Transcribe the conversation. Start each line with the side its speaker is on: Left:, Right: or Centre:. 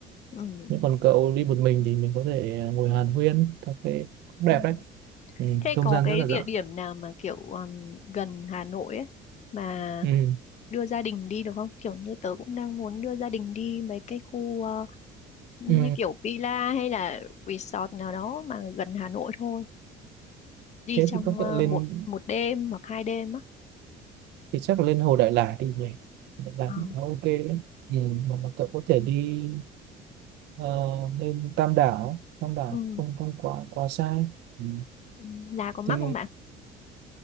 Left: ừ,
Right: nhưng còn cậu đi một mình thì mình có thể à, ngồi hàn huyên cà phê cũng
Left: ừ.
Right: đẹp đấy ừ,
Left: Thế
Right: không
Left: có
Right: gian
Left: cái
Right: rất là
Left: địa
Right: rộng
Left: điểm nào mà kiểu um, gần Hà Nội ấy mà
Right: ừ.
Left: đưa gia đình đi được không? Kiểu như tớ cũng đang muốn đưa gia đình đi mấy cái khu ờ, như
Right: Ừ.
Left: kiểu villa hay là resort nào đó mà gần Hà Nội thôi. Đi
Right: thế
Left: trong
Right: thì có
Left: ờ,
Right: thể lên
Left: một một đêm hoặc hai đêm á.
Right: thì chắc là lên Hồ Đại Lải đi nhỉ Đại Lải
Left: Ờ,
Right: cũng khá ok đấy ừ. mà, mà cậu có thể đi ờ, lên Tam Đảo Tam Đảo
Left: ừ,
Right: không không quá quá xa ừ.
Left: ừ. Là có mắc
Right: thì
Left: không bạn?